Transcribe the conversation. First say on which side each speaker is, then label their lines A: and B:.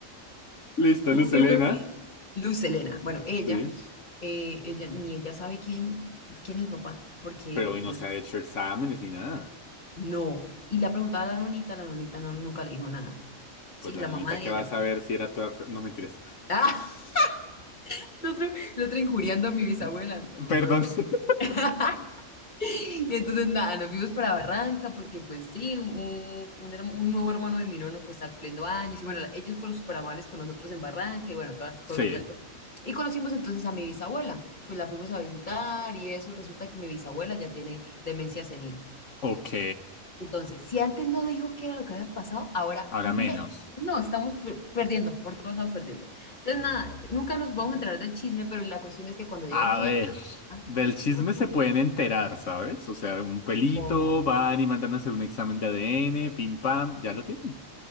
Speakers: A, on the left (about 65°); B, on the left (about 35°).
A: Listo,
B: <laughs>
A: Luz Elena.
B: Luz Elena. Bueno, ella,
A: Sí.
B: eh, ella, ni ella sabe quién, quién es el papá, porque
A: Pero hoy
B: l-
A: no se ha hecho exámenes ni nada.
B: no. Y le ha preguntado a la nonita, la nonita no, nunca le dijo nada. Sí,
A: Pues la
B: la
A: nonita
B: mamá de
A: que
B: ella,
A: va a saber
B: pues.
A: si era toda... pro- No, mentiras.
B: Ah, <laughs> el otro, el otro injuriando a mi bisabuela.
A: <laughs>
B: Duro.
A: Perdón. <laughs>
B: <laughs> Y entonces nada, nos fuimos para Barranca porque pues sí, un, un, un herma- un nuevo hermano de mi nono que está cumpliendo años y bueno, la- ellos fueron súper amables con nosotros en Barranca y bueno, todo,
A: Sí.
B: todo el cuento. Y conocimos entonces a mi bisabuela, Fu- la fuimos a visitar y eso, resulta que mi bisabuela ya tiene demencia senil.
A: Ok.
B: Entonces, si antes no dijo qué era lo que había pasado, ahora
A: Ahora
B: me...
A: menos.
B: No, estamos per- perdiendo, por todos lados perdiendo. Entonces, nada, nunca nos vamos a enterar del chisme, pero la cuestión es que cuando llegamos
A: A ver.
B: ahí, ah,
A: Del chisme
B: resulta
A: se pueden enterar, ¿sabes? O sea, un pelito,
B: como,
A: van y mandan a hacer un examen de ADN, pim pam, ya lo tienen.